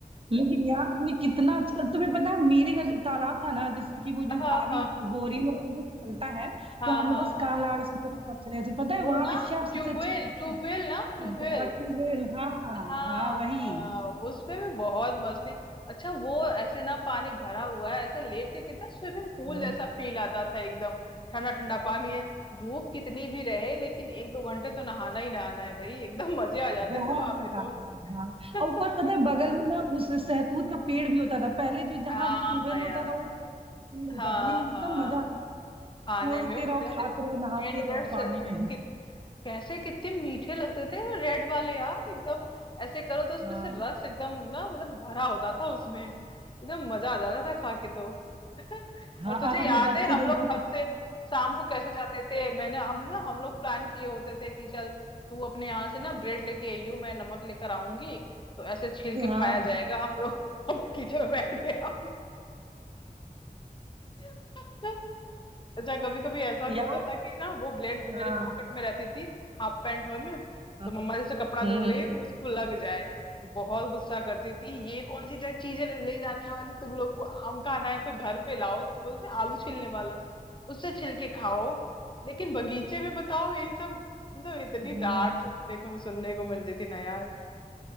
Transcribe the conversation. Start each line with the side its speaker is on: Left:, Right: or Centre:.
Right: लेकिन यार तुमने कितना अच्छा तुम्हें पता है मेरे घर जो तालाब था ना जैसे कि वो
Left: हाँ
Right: जो पानी
Left: हाँ
Right: बोरिंग वगैरह जो चलता है
Left: हाँ
Right: तो हम
Left: हाँ
Right: लोग बस
Left: हाँ
Right: कान लगा के सुनते थे कब चले तो पता है
Left: वो
Right: वहां
Left: ना
Right: पे क्या सबसे
Left: ट्यूबवेल
Right: अच्छी चीज थी
Left: ट्यूबवेल ना ट्यूबवेल
Right: अब हाँ ट्यूबवेल हाँ
Left: हाँ
Right: हाँ वही
Left: हाँ उसपे भी बहुत मस्ती अच्छा वो ऐसे ना पानी भरा हुआ है ऐसे लेट के कितना स्विमिंग पूल
Right: हम्म,
Left: जैसा फील आता था एकदम ठंडा ठंडा पानी है धूप कितनी भी रहे लेकिन एक दो घंटे तो नहाना ही नहाना है भाई एकदम मजे आ जाते
Right: बहुत
Left: थे वहां
Right: मजा
Left: पे तो
Right: आता था हाँ
Left: <laughs>
Right: और ऊपर पता है बगल में ना उस सहतूत का पेड़ भी होता था पहले जो जहां
Left: हाँ
Right: पे ट्यूबवेल
Left: यार
Right: होता था वो पेड़ होता
Left: हाँ
Right: था नहीं कितना
Left: हाँ
Right: मजा आता था तोड़ते
Left: खाने में वो
Right: रहो
Left: रेड
Right: खाते रहो नहाते
Left: रेड
Right: रहो
Left: रेड सहतूत
Right: पानी में
Left: कितने कैसे कितने मीठे लगते थे वो रेड वाले यार एकदम ऐसे करो तो उसमें
Right: हाँ
Left: से रस एकदम ना मतलब भरा होता था उसमें एकदम मजा आ जाता था खा के तो <laughs>
Right: हाँ
Left: और तुझे
Right: और हम
Left: याद
Right: लोग बच्चे
Left: है हम
Right: तो
Left: लोग
Right: उसी
Left: घर
Right: का
Left: से शाम को कैसे जाते थे मैंने हम ना हम लोग प्लान किए होते थे कि चल तू अपने यहाँ से ना ब्रेड लेके आइयो मैं नमक लेकर आऊंगी तो ऐसे छील के
Right: हाँ
Left: खाया जाएगा हम लोग <laughs> बगीचे में बैठ के हम <laughs> अच्छा कभी कभी ऐसा भी
Right: यार
Left: होता था कि ना वो ब्लेड
Right: हाँ
Left: मेरे पॉकेट में रहती थी हाफ पैंट वन में
Right: हाँ
Left: तो मम्मा जैसे कपड़ा
Right: हम्म,
Left: धुल रही है तो उसको लग जाए तो बहुत गुस्सा करती थी ये कौन सी चीज है ले जाने वाली तुम लोग को आम खाना है तो घर पे लाओ तो बोलते हैं, आलू छीलने वाला उससे छिलके खाओ लेकिन बगीचे में बताओ इन सब मतलब इतनी
Right: हाँ
Left: डांट सुनने को सुनने को मिलती थी ना यार